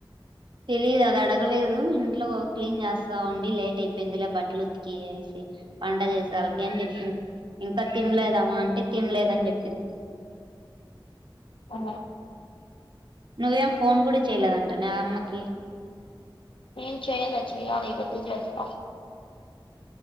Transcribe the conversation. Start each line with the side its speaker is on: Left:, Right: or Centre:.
Right: తెలిదు అది అడగలేదు ఇంట్లో క్లీన్ చేస్తా ఉండి లేట్ అయిపోయింది లే బట్టలు ఉతికి వేసి వంట చేసే వాళ్ళకి అని చెప్పింది ఇంకా తినలేదమ్మా అంటే తినలేదని చెప్పింది
Left: ఆ
Right: నువ్వేం ఫోన్ కూడా చెయలేదంట నా అమ్మకి
Left: ఏం చేయల్ చేయాలవటి జస్స్త